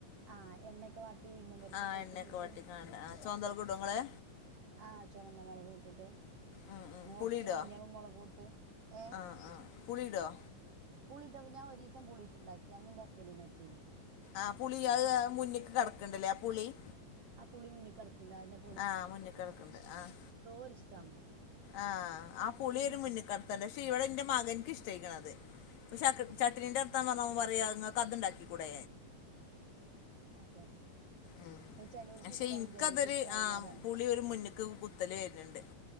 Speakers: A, on the right; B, on the left.
A: ആഹ് എണ്ണയൊക്കെ വാട്ടി ഉഴുന്നും പരിപ്പൊയിക്കെ
B: ആഹ് എണ്ണയൊക്കെ
A: ഇട്ടിട്ട്-
B: വട്ടിക്കാണ്ട് ആഹ് ചുവന്തളൊക്കെ ഇടോ ഇങ്ങള്
A: ആഹ് ചൊമന്ന മുളകും ഇട്ടിട്ട്.
B: ഉം ഉം
A: പിന്നെ കൊറച്ച്
B: പുളിയിടോ
A: മഞ്ഞളും മുളകും ഇട്ട് ഏഹ്.
B: ആഹ്
A: -
B: ആഹ്. പുളിയിടുവോ?
A: പുളിയിട്ടപ്പം ഞാൻ ഒരു ദിവസം പുളിയിട്ടുണ്ടാക്കി അന്ന് എന്റെ ഹസ്ബൻഡ്ഇന് പറ്റിയില്ലേ
B: ആഹ് പുളി അത് മുന്നേക്ക് കിടക്കണ്ടല്ലേ ആ പുളി-
A: ആ പുളി മുന്നി കിടക്കണ്ട് അയിന്റെ
B: ആഹ് മുന്നിക്കിടക്കുണ്ട് ആഹ്
A: ഒരു ഇഷ്ടാന്നോ
B: ആഹ് ആ പുളിയൊരു
A: ഇൻ
B: ഒരു മുന്നിക്കട ണ്ട് പക്ഷെ ഇവിടെ എന്റെ മകന്ക്ക് ഇഷ്ടായിക്കണത്
A: ആ
B: ചട്നി അ- <unintelligible> നിങ്ങക്ക് അതുണ്ടാക്കി കൂടെ
A: അതന്നെ.
B: ഉം
A: അത് ചെലോൽക്ക്
B: പക്ഷെ
A: ഇഷ്ടാവും
B: ഇനക്ക്തൊരു
A: ചെലോൽക്ക് ഇഷ്ടാവൂല അതാണ്
B: പുളി ഒരു മുന്നക്ക് കുത്തല് വരുന്നുണ്ട്.